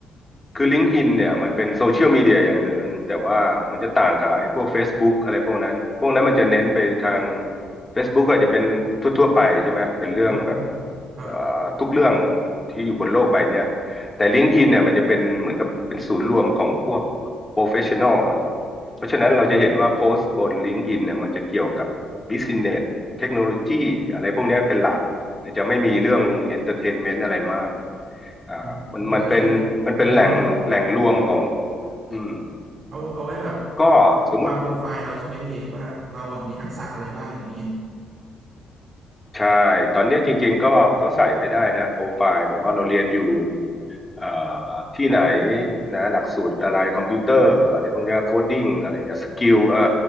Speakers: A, on the left; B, on the right.
A: คือ l i n k ์อ i n เนี่ยมันเป็นโซเชียลมีเดียอย่างหนึ่งแต่ว่ามันจะต่างกับไอ้พวก Facebook อะไรพวกนั้นพวกนั้นมันจะเน้นไปทาง Facebook อาจจะเป็นทั่วๆไปใช่ไหมเป็นเรื่องแบบ
B: อืมครับ
A: เอ่อทุกเรื่องที่อยู่บนโลกใบเนี้ยแต่ l i n k ์อ i n เนี่ยมันจะเป็นเหมือนกับเป็นศูนย์รวมของพวก professional อลอ่ะเพราะฉะนั้นเราจะเห็นว่าโพสต์บน l i n k ์อ i n เนี่ยมันจะเกี่ยวกับ business เนสเทคโนโลยีอะไรพวกเนี้ยเป็นหลัก จะไม่มีเรื่องเอนเตอร์เทนเมนต์อะไรมากอ่ามันมันเป็นมันเป็นแหล่งแหล่งรวมของ
B: อ๋อคือเหมือนเหมือนแบบ
A: อืม
B: เอาเอาไว้แบบ
A: ก็สมมุติ
B: วางโปรไฟล์เราใช่ไหมพี่ว่าเราอ่ะมีทักษะอะไรบ้างอย่างเงี้ย
A: ใช่ตอนเนี้ยจริงๆก็ก็ใส่ไว้ได้นะโปรไฟล์บอกว่าเราเรียนอยู่เอ่อที่ไหนนะหลักสูตรอะไรคอมพิวเตอร์อะไรพวกเนี้ยโคดดิ้งอะไรเงี้ยสกิลเออ